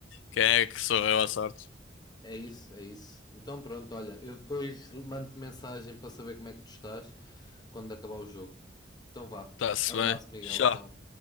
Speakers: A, on the left (about 80°); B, on the left (about 20°).
A: quem é que sorriu à sorte.
B: É isso, é isso. Então pronto, olha, eu depois mando-te mensagem para saber como é que tu estás quando acabar o jogo. Então vá.
A: Está-se
B: Abraço,
A: bem.
B: Miguel.
A: Tchau.
B: Tchau.